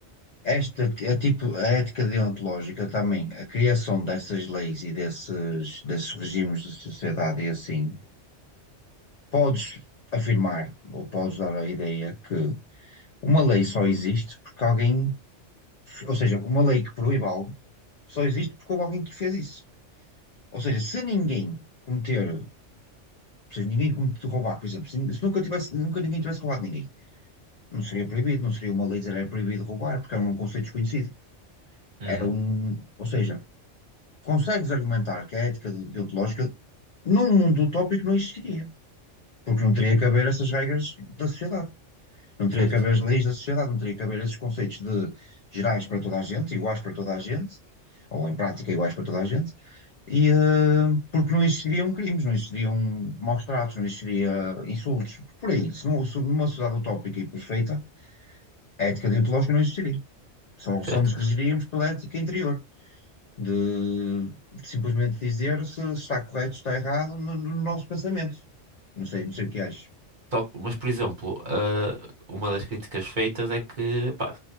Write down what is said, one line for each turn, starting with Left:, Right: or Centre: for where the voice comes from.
Left: esta é tipo a ética deontológica também, a criação dessas leis e desses, desses regimes de sociedade e assim. Podes afirmar ou podes dar a ideia que uma lei só existe porque alguém, ou seja, uma lei que proíbe algo só existe porque houve alguém que fez isso. Ou seja, se ninguém cometer, ou seja, ninguém cometer roubar, por exemplo, se, se nunca tivesse, nunca ninguém tivesse roubado ninguém, não seria proibido, não seria uma lei dizer era proibido roubar, porque era um conceito desconhecido.
Right: Uhum,
Left: Era um, ou seja, consegues argumentar que a ética de- deontológica num mundo utópico não existiria, porque não teria que haver essas regras da sociedade. Não teria
Right: certo,
Left: que haver as leis da sociedade, não teria que haver esses conceitos de gerais para toda a gente, iguais para toda a gente, ou em prática iguais para toda a gente, e, eh, porque não existiriam crimes, não existiriam maus-tratos, não existiria insultos, por aí. Se, não, se numa sociedade utópica e perfeita, a ética deontológica não existiria. Só, só
Right: certo.
Left: nos regiríamos pela ética interior, de, de simplesmente dizer se está correto, se está errado no, no nosso pensamento. Não sei, não sei o que achas.
Right: Só- mas, por exemplo, uh, uma das críticas feitas é que, pá,